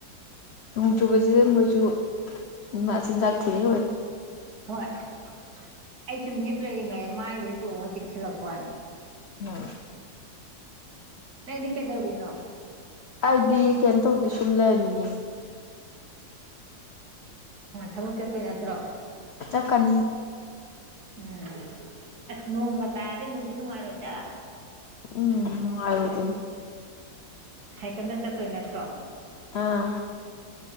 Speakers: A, on the left; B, on the right.
A: ꯅꯣꯡ ꯆꯨꯕꯁꯤꯗ ꯃꯣꯏꯁꯨ ꯃꯆꯤꯟꯖꯥꯛ ꯊꯤꯔ ꯍꯣꯏ
B: ꯍꯣꯏ ꯑꯩ ꯁꯨꯝ ꯍꯤꯞ ꯂꯩꯔꯤꯉꯩ ꯃꯥꯏꯁꯦ ꯇꯣꯡꯉ ꯆꯤꯛꯁꯤꯜꯂꯛꯄꯅꯦ
A: ꯎꯝ
B: ꯅꯩꯗꯤ ꯀꯩꯗꯧꯔꯤꯅꯣ
A: ꯑꯩꯗꯤ ꯀꯩꯅ ꯇꯧꯗꯗꯤ ꯁꯨꯝ ꯂꯩꯔꯝꯃꯤꯅꯦ
B: ꯊꯕꯛ ꯆꯠꯇꯣꯏ ꯅꯠꯇ꯭ꯔꯣ
A: ꯆꯥꯀꯅꯤ
B: ꯎꯝ ꯑꯁ ꯅꯣꯡꯒ ꯇꯥꯔꯗꯤ ꯅꯨꯡꯗꯤ ꯅꯨꯡꯉꯥꯏꯔꯣꯏꯗ
A: ꯎꯝ ꯎ ꯍꯥꯏꯗꯤ
B: ꯁꯥꯏꯀꯜꯗ ꯆꯠꯇꯣꯏ ꯅꯠꯇ꯭ꯔꯣ
A: ꯑꯥ